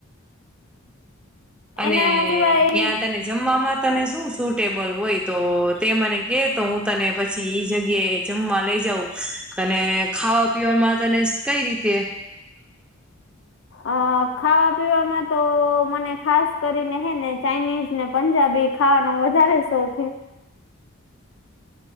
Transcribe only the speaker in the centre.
અને
યાં તને જમવામાં તને શું સુટેબલ હોય? તો તે મને કે તો હું તને પછી ઈ જગ્યાએ જમવા લઈ જઉં. અને ખાવા પીવામાં તને કંઈ રીતે <inaudible>